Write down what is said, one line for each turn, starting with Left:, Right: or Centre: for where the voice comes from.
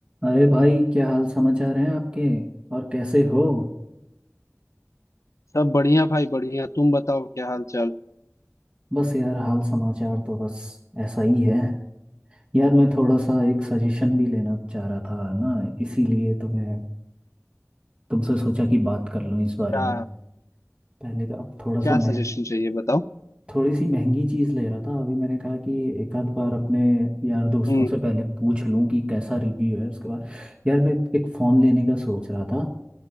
Right: अरे भाई क्या हाल समाचार हैं आपके और कैसे हो
Left: सब बढ़िया भाई बढ़िया तुम बताओ क्या हाल चाल
Right: बस यार हाल समाचार तो बस ऐसा ही है यार मैं थोड़ा सा एक सजेशन भी लेना चाह रहा था ना इसीलिए तो मैं तुमसे सोचा कि बात कर लूँ इस बारे
Left: क्या
Right: में पहले तो अब थोड़ा
Left: क्या
Right: सा मैं
Left: सजेशन चाहिए बताओ
Right: थोड़ी सी महंगी चीज़ ले रहा था अभी मैंने कहा कि एक आध बार अपने यार दोस्तों
Left: हम्म
Right: से पहले पूछ लूँ कि कैसा रिव्यू है उसके बाद यार मैं एक फ़ोन लेने का सोच रहा था